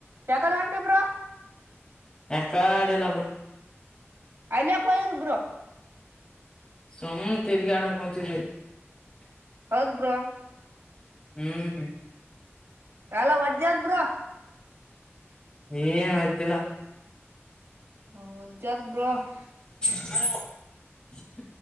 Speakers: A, on the right; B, on the left.
A: ಯಾಕಡೆ ಹೊಂಟಿ ಬ್ರೋ
B: ಎಕಾಡೆ ಎಲ್ಲ ಬರ <unintelligible>
A: ಅಲ್ಯಕೋಗಿರ್ಬ್ರು.
B: ಸುಮ್ ತಿರ್ಗಿ ಆಡಕಂತೀವಿ <unintelligible>
A: ಹೌದ ಬ್ರ.
B: ಹ್ಮ್
A: ಕಲ್ಲ ಒಜಜತ್ ಬುರೋ.
B: ಏನ್ ಹ್ದಿಲ್ಲ
A: ಹಜ್ಜತ್ ಬ್ರೋ <unintelligible>
B: ಹ <unintelligible>